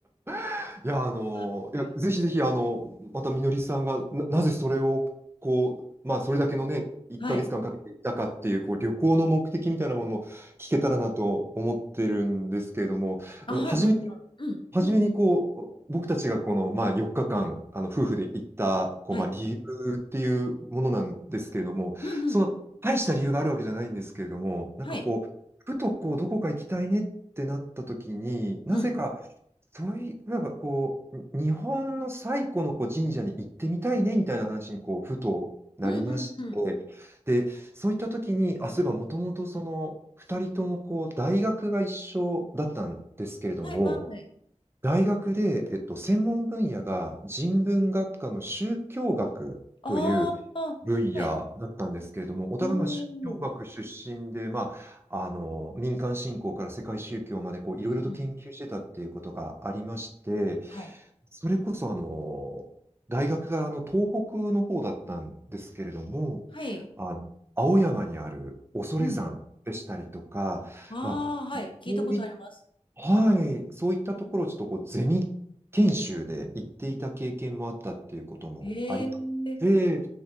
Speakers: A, on the right (about 20°); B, on the left (about 45°).
A: <laughs> いや、あの、
B: そうなんですよ。
A: いや、ぜひぜひ、あの、またみのりさんがな、なぜそれを、こう、まあ、それだけのね、1ヶ月間かんかけていったかっていう、
B: はい。
A: こう、旅行の目的みたいなものを聞けたらなと思ってるんですけれども、
B: あ、
A: うん初めに、
B: はい、もちろん。うん。
A: 初めに、こう、僕たちがこの、まあ、4日間、あの、夫婦で行った、こう、
B: はい。
A: まあ、理由っていうものなんですけれども、
B: うんうん。
A: その、大した理由があるわけじゃないんですけれども、なんかこう、
B: はい。
A: ふとこう、どこか行きたいねってなった時に、なぜか、
B: うん。
A: そういう、なんかこう、日本の最古のこう神社に行ってみたいねみたいな話にこうふとなりまして、
B: うんうんうん。
A: で、そういった時に、あ、そういえばもともとその2人ともこう大学が一緒だったんですけれども、
B: はいはい。
A: 大学で、えっと、専門分野が人文学科の宗教学という
B: ああ、
A: 分野だったんですけれども、
B: はい。
A: お互いの宗教学出身で、
B: おー。うん
A: まあ、あの民間信仰から世界宗教までこういろいろと研究してたっていうことがありまして、
B: うんはい。
A: それこそあの大学があの東北の方だったんですけれども、
B: はい。
A: あの青山にある恐山でしたりとか、
B: うん。ああ、
A: まあ、
B: はい。聞いたことあります。
A: こういっはい、そういったところをちょっとこうゼミ研修で行っていた経験もあったっていうこともあり
B: ええ
A: で、